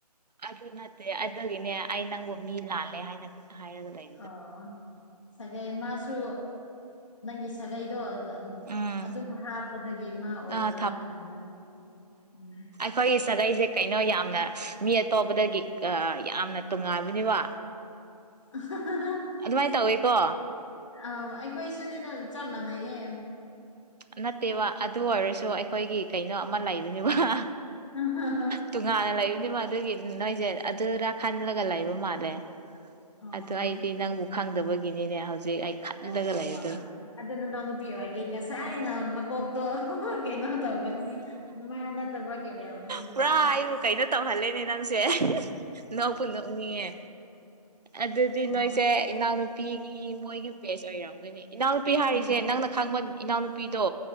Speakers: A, on the right; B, on the left.
A: ꯑꯗꯨ ꯅꯠꯇꯦ ꯑꯗꯨꯒꯤꯅꯦ ꯑꯩ ꯅꯪꯕꯨ ꯃꯤ ꯂꯥꯜꯂꯦ ꯍꯥꯏꯅ ꯍꯥꯏꯔꯒ ꯂꯩ
B: ꯑꯣ ꯁꯥꯒꯩ ꯃꯥꯁꯨ ꯅꯪꯒꯤ ꯁꯥꯒꯩꯗꯣ <unintelligible>
A: ꯎꯝ
B: ꯑꯗꯨꯝ ꯍꯥꯞꯄꯗꯒꯤ ꯃꯥ ꯑꯣꯏꯕ꯭ꯔꯥ
A: ꯑꯥ
B: ꯈꯟꯕꯅꯤ ꯎꯝ
A: ꯑꯈꯣꯏꯒꯤ ꯁꯥꯒꯩꯁꯦ ꯀꯩꯅꯣ ꯌꯥꯝꯅ ꯃꯤ ꯑꯇꯣꯞꯄꯗꯒꯤ ꯌꯥꯝꯅ ꯑꯥ ꯇꯣꯉꯥꯟꯕꯅꯦꯕ
B: <unintelligible>
A: ꯑꯗꯨꯃꯥꯏꯟ ꯇꯧꯋꯦꯀꯣ
B: ꯑꯧ ꯑꯩꯈꯣꯏꯁꯨꯅꯤꯗ ꯆꯞ ꯃꯥꯟꯅꯩꯌꯦ
A: ꯅꯠꯇꯦꯕ ꯑꯗꯨ ꯑꯣꯏꯔꯁꯨ ꯑꯩꯈꯣꯏꯒꯤ ꯀꯩꯅꯣ ꯑꯃ ꯂꯩꯕꯅꯦꯕ <unintelligible>
B: <unintelligible>
A: ꯇꯣꯉꯥꯟꯅ ꯂꯩꯕꯅꯤꯕ ꯑꯗꯨꯒꯤ ꯅꯣꯏꯁꯦ ꯑꯗꯨꯔ ꯈꯜꯂꯒ ꯂꯩꯕ ꯃꯥꯜꯂꯦ
B: ꯑꯣ
A: ꯑꯗꯨ ꯑꯩꯗꯤ ꯅꯪꯕꯨ ꯈꯪꯗꯕꯒꯤꯅꯤꯅꯦ ꯍꯧꯖꯤꯛ ꯑꯩ ꯈꯜꯂꯒ
B: ꯑꯣ ꯑꯣ
A: ꯂꯩꯕꯗꯣ
B: ꯑꯣ ꯑ ꯑꯗꯨ ꯅꯅꯥꯎ ꯅꯨꯄꯤ ꯑꯣꯏꯔꯗꯤ ꯉꯁꯥꯏꯅ ꯃꯀꯣꯛ ꯇꯣ ꯀꯩꯅꯣ ꯇꯧꯒꯅꯤ ꯃꯥ ꯅꯠꯇꯕꯒꯤ ꯑꯣꯏꯔꯝꯒꯅꯤ ꯑꯗꯨꯗꯤ
A: ꯄꯨꯔꯥ ꯑꯩꯕꯨ ꯀꯩꯅꯣ ꯇꯧꯍꯜꯂꯦꯅꯦ ꯅꯪꯁꯦ <unintelligible> ꯅꯣꯛꯄꯨ ꯅꯣꯛꯅꯤꯡꯉꯦ ꯑꯗꯨꯗꯤ
B: ꯑꯣ
A: ꯅꯣꯏꯁꯦ ꯏꯅꯥꯎꯅꯨꯄꯤꯒꯤ ꯃꯣꯏꯒꯤ ꯕꯦꯁ ꯑꯣꯏꯔꯝꯒꯅꯤ ꯏꯅꯥꯎꯅꯨꯄꯤ ꯍꯥꯏꯔꯤꯁꯦ
B: ꯑꯣ
A: ꯅꯪꯅ ꯈꯪꯕ ꯏꯅꯥꯎꯅꯨꯄꯤꯗꯣ